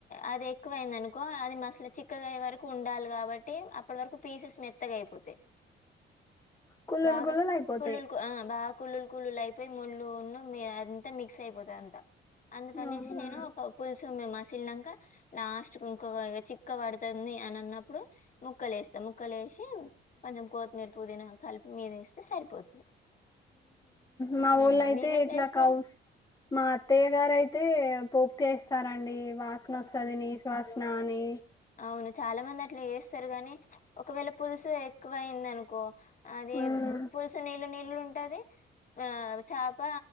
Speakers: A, on the left; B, on the left.
A: అదే ఎక్కువైంది అనుకో అది మసలు చిక్కగా అయే వరకు ఉండాలి కాబట్టి అప్పటి వరకు పీసెస్ మెత్తగా అయిపోతాయి
B: కుల్లులు
A: బాగా
B: కుల్లులు అయిపోతాయి
A: పుల్ లల్ ఆ బాగా కుళ్ళులు కుళ్లులు అయిపోయి ముళ్ళు ఉన్న అంతా మిక్స్ అయిపోతది అంత అందుకనేసి
B: అవునా
A: నేను పులుసుమ్ మమ సిల్నాక లాస్ట్ ఇంకొ ఇ చిక్క పడుతుంది అని అన్నప్పుడు ముక్కలు వేస్తా ముక్కలు వ కొంచెం కొత్తిమీర పుదీనా కలిపి మీద వేస్తే సరిపోతుంది
B: మా
A: మ్మ్
B: ఊర్లో ఐతే
A: మీరెట్లా
B: ఎట్లా
A: చేస్తారు
B: కావుస మా అత్తయ్య గారయితే పోపుకేస్తారంండి వాసన వస్తుంది
A: ఇంకా
B: నీస్ వాసన అని
A: అవును చాలా మంది అట్లా చేస్తారు గాని ఒకవేళ పులుసు ఎక్కువ అయింది అనుకో అది
B: ఉమ్
A: పులుసు నీళ్ళు నీళ్ళు ఉంటది ఆ చేప